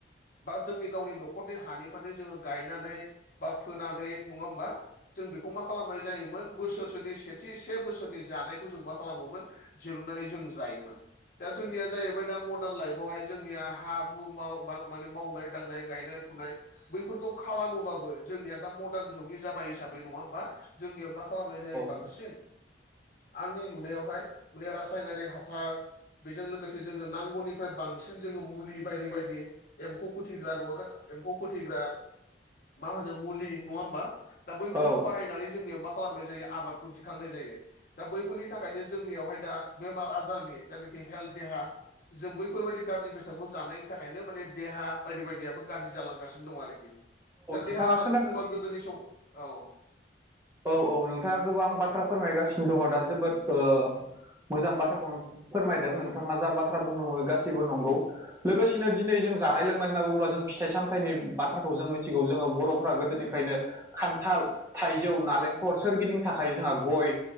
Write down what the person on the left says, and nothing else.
बा जोंनि गावनि न नखरनि हानिफ्रायानो जोङो गायनानै बा फोनानै नङा होमबा जों बेखौ मा खालामो जायोमोन बोसोरसनि सेथि से बोसोरनि जानायखौ जों मा खालामोमोन दिरुननानै जों जायोमोन। दा जोंनिया जाहैबाय दा म गोदान लाइफआवहाय जोंनिया हा हु माने मावनाय दांनाय गायनाय फुनाय। बैफोरखौ खालामोबाबो जोंनिया दा मदार्न जुगै जाबाय हिसाबै नङा होमबा जोंनिया मा खालामनाय जायो बांसिन
आंनि नुनायावहाय माने रासायनारि हासार बेजों लोगोसे जोङो नांगौनिफ्राय बांसिन जोङो मुलि बायदि बायदि एम्फौ फोथैग्रा नूवाख एम्फौ फोथैग्रा मा होनो मुलि नङा होमबा दा बैफोरखौ
बाहायनानै जोंनिया मा खालामबाय जायो आबादखौ दिखांनाय जायो दा बैफोरनि थाखायनो जोंनियावहाय दा बेमार आजारनि जायनाखि हेल्थ देहा जों बैफोरबायदि गाज्रि बेसादखौ जानायनि थाखायनो माने देहा बायदि बायदियाबो गाज्रि जालांगासिनो दं आरोखि--! दा
देहा होननानै
बुङोबा गोदोनि सम औ!
औ